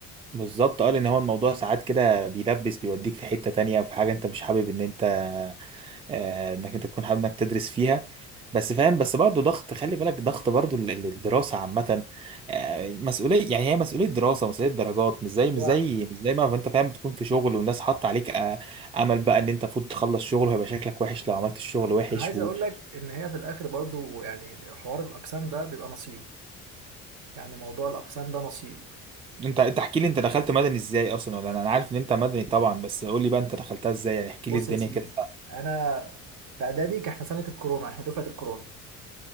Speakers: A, on the right (about 15°); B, on the right (about 65°).
A: بالظبط اه لان هو الموضوع ساعات كده بيلبس بيوديك في حتة تانية في حاجة انت مش حابب ان انت آه، انك انت تكون حابب انك تدرس فيها بس فاهم بس برضه ضغط خلي بالك ضغط برضه ال- ال- الدراسة عامة آه، مسؤولية يعني هي مسؤولية دراسة مسؤولية درجات مش زي
B: وانا
A: مش زي مش زي ما انت فاهم بتكون في شغل والناس حاطة عليك آه، امل بقى ان انت المفروض تخلص شغل وهيبقى شكلك وحش لو عملت الشغل وحش
B: عايز
A: وانت
B: اقول لك ان هي في الاخر برضو يعني حوار الاقسام ده بيبقى نصيب يعني موضوع الاقسام ده نصيب
A: انت انت احكي لي انت دخلت مدني ازاي اصلا ولا انا أنا عارف ان انت مدني طبعا بس قول لي بقى انت دخلتها ازاي يعني احكي
B: بص
A: لي الدنيا
B: يا سيدي
A: كده
B: انا في اعدادي كان احنا سنه الكورونا احنا دفعه الكورونا